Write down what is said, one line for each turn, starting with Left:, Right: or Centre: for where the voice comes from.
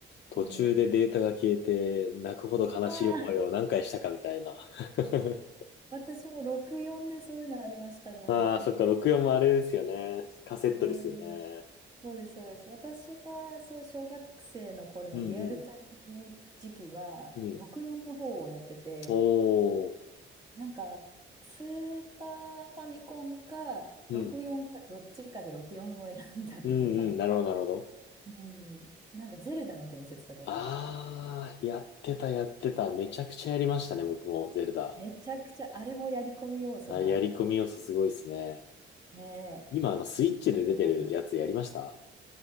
Left: 途中でデータが消えて泣くほど悲しい思いを何回したかみたいな。
Right: うん。ああ、
Left: <laughs>
Right: 私も64でそういうのありましたね。
Left: ああ、そっか、64もあれですよね。カセットですよね。
Right: うん。そうです、そうです。私がそう小学生の頃のリアルタイム時期は64の方をやってて、
Left: うんうん。うん。おー。
Right: なんかスーパーファミコンか64かどっちかで64を選んだんですね、
Left: うん。うんうん。
Right: 多分。
Left: なるほど、なるほど。
Right: うん。なんかゼルダの伝説とかやってました。
Left: ああ、やってた、やってた。めちゃくちゃやりましたね、僕も、ゼルダ。
Right: めちゃくちゃあれもやり込み要素が
Left: あやり込み要素すごいですね。
Right: ね
Left: 今、あの、スイッチで出てるやつやりました
Right: え、もうかりない。